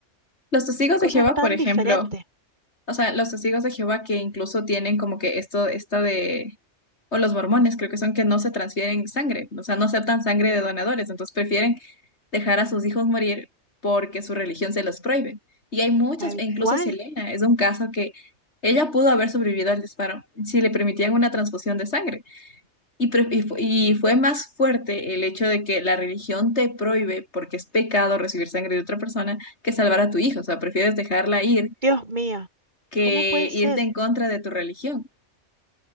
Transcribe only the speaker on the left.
Los testigos de
Jehová,
por ejemplo,
o sea, los testigos de Jehová que incluso tienen como que esto, esta de, o los mormones, creo que son que no se transfieren sangre, o sea, no aceptan sangre de donadores, entonces prefieren dejar a sus hijos morir porque su religión se los prohíbe. Y hay muchas,
e incluso
Selena es un caso que ella pudo haber sobrevivido al disparo si le permitían una transfusión de sangre. Y, pre- y fu- y fue más fuerte el hecho de que la religión te prohíbe, porque es pecado recibir sangre de otra persona, que salvar a tu hijo. O sea, prefieres dejarla ir
que
irte en contra de tu religión.